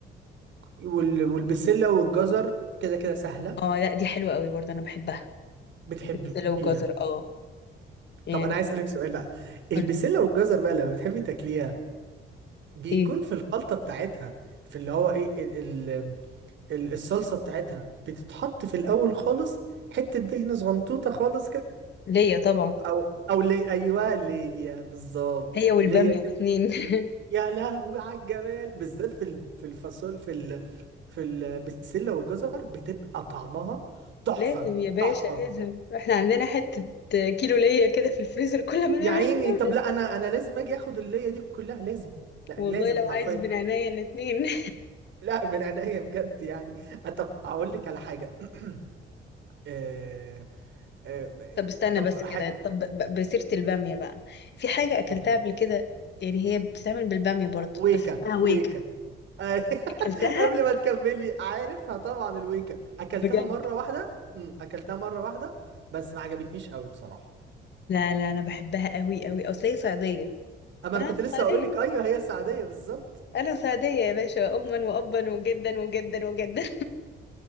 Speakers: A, on the right; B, on the left.
A: وال والبسله والجزر كده كده سهله
B: اه لا دي حلوه قوي برضه انا بحبها
A: بتحبيها
B: البسله والجزر اه يعني
A: طب انا عايز اسالك سؤال بقى البسله
B: قولي
A: والجزر بقى لما بتحبي تاكليها بيكون
B: ايه
A: في الخلطه بتاعتها في اللي هو ايه ال... ال... ال- الصلصه بتاعتها بتتحط في الاول خالص حته دهنه صغنطوطه خالص كده
B: ليا طبعا
A: او او لي ايوه ليا بالظبط
B: هي والباميه
A: ليا كده
B: الاثنين <laughs>
A: يا لهوي على الجمال بالذات في ال- في الفاصول في ال... في ال... بالسله والجزر بتبقى طعمها تحفه
B: لازم يا باشا
A: تحفه
B: لازم احنا عندنا حته كيلو ليا كده في الفريزر كل ما نعمل
A: يا عيني
B: حاجه
A: طب لا انا انا لازم اجي اخد الليا دي كلها لازم لا
B: والله
A: لازم
B: لو
A: حرفيا
B: عايز من عينيا الاتنين <laughs>
A: لا من عينيا بجد يعني طب اقول لك على حاجه <clears throat> آه... آه...
B: طب استنى
A: طب
B: بس
A: أح...
B: كده طب ب- بسيرة البامية بقى في حاجة أكلتها
A: اوكي
B: قبل كده يعني هي بتتعمل بالبامية برضو
A: ويكا
B: بس اسمها ويكا
A: ويكا أي- <laughs>
B: أكلتها
A: قبل ما تكملي عارفها طبعا الويكا اكلتها
B: بجد
A: مره واحده امم اكلتها مره واحده بس ما عجبتنيش قوي بصراحه
B: لا لا أنا بحبها قوي قوي أصل هي صعيدية
A: اما
B: وأنا
A: انا كنت لسه
B: صعيدية
A: اقول لك ايوه هي السعديه بالظبط
B: أنا صعيدية يا باشا أما وأبا وجدا وجدا وجدا